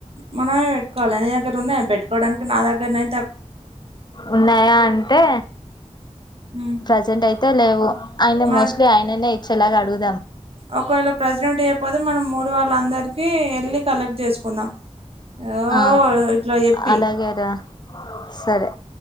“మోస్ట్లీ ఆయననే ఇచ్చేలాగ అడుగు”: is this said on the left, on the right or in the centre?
Left